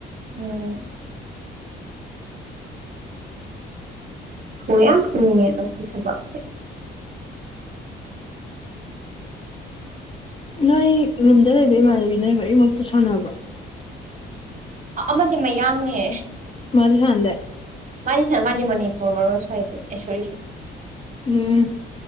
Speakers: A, on the right (about 40°); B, on the left (about 25°).
A: ꯎꯝ ꯍꯣꯏ ꯌꯥꯝ ꯊꯨꯅꯤꯡꯉꯦ ꯃꯁꯤ ꯊꯕꯛꯁꯦ
B: ꯅꯣꯏ ꯔꯨꯝꯗ ꯂꯩꯕ ꯏꯃꯥꯟꯅꯕꯤ ꯅꯣꯏ ꯃꯔꯤꯃꯛꯇꯣ ꯁꯥꯟꯅꯕ꯭ꯔꯣ
A: ꯑ ꯑꯃꯗꯤ ꯃꯌꯥꯡꯅꯦ
B: ꯃꯗꯤ ꯁꯥꯅꯗꯦ
A: ꯃꯥꯗꯤ ꯁꯅ ꯃꯥꯗꯤ ꯃꯅꯤꯄꯨꯔ ꯃꯔꯣꯟꯁꯨ ꯍꯩꯇꯦ ꯑꯥꯏ ꯁꯣꯔꯤ ꯁꯨ
B: ꯎꯝ